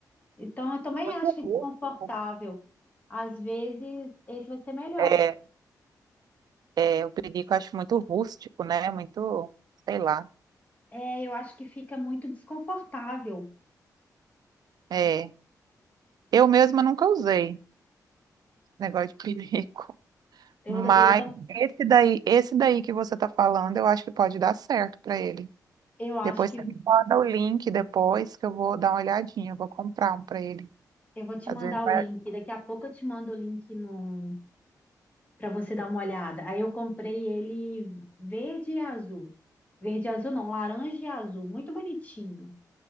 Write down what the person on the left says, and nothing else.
Então, eu também
acho que é
desconfortável. Às vezes esse vai ser melhor.
É, eu acho que fica muito desconfortável.
Eu,
eu, tam-
eu acho
que
eu vou te
mandar
o link. Daqui a pouco eu te mando o link no, para você dar uma olhada. Aí eu comprei ele verde e azul. Verde e azul não, laranja e azul, muito bonitinho.